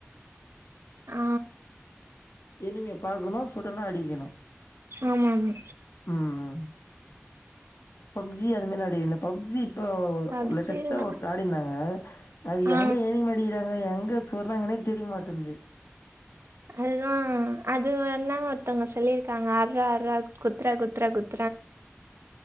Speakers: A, on the right; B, on the left.
A: ஆ
B: இனிமே பாக்கணு சுடனு அடிக்கணு
A: ஆமா ஆமா
B: ம் ம் பப்ஜி அது மாறி வெளாடி இல்ல பப்ஜி இப்ப
A: பப்ஜில்லா
B: ஒரு லேட்டஸ்டா ஒருதர் ஆடி இருந்தாங்க அது
A: ஆ
B: எங்க ஏனிம் அடிக்கிறாங்க எங்க சுடுறாகன்னே தெரியமாட்டேங்கிது
A: அதுதா அது வேணா ஒருத்தங்க சொல்லிருக்காங்க அர்ரா அர்ரா குத்துரா குத்துரா குத்